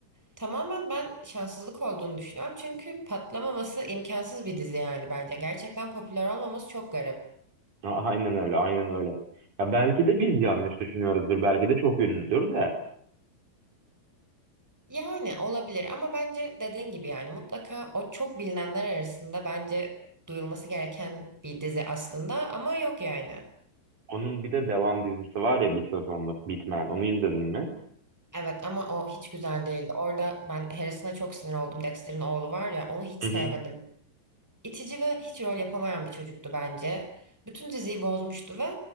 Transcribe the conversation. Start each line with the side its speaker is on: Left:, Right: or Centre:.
Centre: tamamen ben şanssızlık olduğunu düşünüyorum. Çünkü patlamaması imkansız bir dizi yani bence. Gerçekten popüler olmaması çok garip.
Right: A- Aynen öyle, aynen öyle. Ya belki de biz yanlış düşünüyoruzdur. Belki de çok ünlüdür de.
Centre: Yani olabilir ama bence dediğin gibi yani mutlaka o çok bilinenler arasında bence duyulması gereken bir dizi aslında ama yok yani.
Right: Onun bir de devam dizisi var ya bir sezonluk bitmeyen. Onu izledin mi?
Centre: Evet ama o hiç güzel değildi. Orada ben Harrison'a çok sinir oldum. Dexter'in oğlu var ya onu hiç
Right: Hı
Centre: sevmedim.
Right: hı.
Centre: itici ve hiç rol yapamayan bir çocuktu bence. Bütün diziyi bozmuştu ve